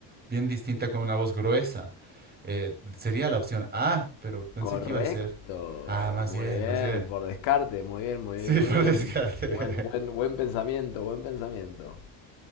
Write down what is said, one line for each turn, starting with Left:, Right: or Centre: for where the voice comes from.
Right: bien distinta con una voz gruesa. Eh, sería la opción A, pero pensé
Left: Correcto.
Right: que iba a ser. Ah, más
Left: Muy
Right: bien,
Left: bien.
Right: más bien.
Left: Por descarte. Muy bien, muy
Right: Sí,
Left: bien, muy
Right: <laughs> por
Left: bien.
Right: descarte.
Left: Buen, buen, buen pensamiento, buen pensamiento.